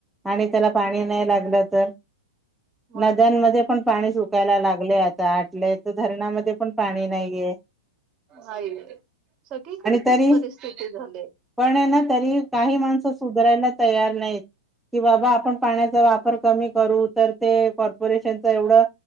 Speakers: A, in the centre; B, on the right.
A: आणि त्याला पाणी नाही लागलं तर
B: मग
A: नद्यांमध्ये पण पाणी सुकायला लागले आता आटले तर धरणामध्ये पण णी नाहीय ग
B: नाही सगळीकडे तीच
A: तरी
B: परिस्थिती झाली
A: पण आतना तरी काही माणसं सुधरायला तयार नाही त,, बाबा आपण पाण्याचा वापर कमी करू तर ते कपरेशनऽऽ वढं,,